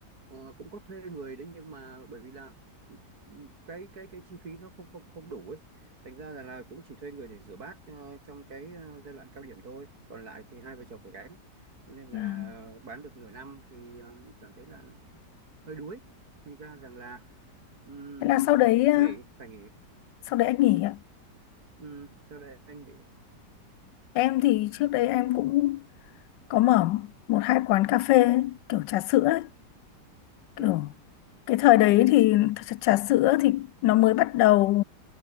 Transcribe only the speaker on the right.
Ờ, cũng có thuê người đấy nhưng mà bởi vì là ừ, cái cái cái chi phí nó không không không đủ ấy thành ra là, là cũng chỉ thuê người để rửa bát ờ, trong cái ờ, giai đoạn cao điểm thôi còn lại thì hai vợ chồng phải gánh Cho nên
là bán được nửa năm thì ờ, cảm thấy là nó hơi đuối thành ra rằng là ừm,
nghỉ phải nghỉ
Ừm, sau đây anh nghỉ
Ừm,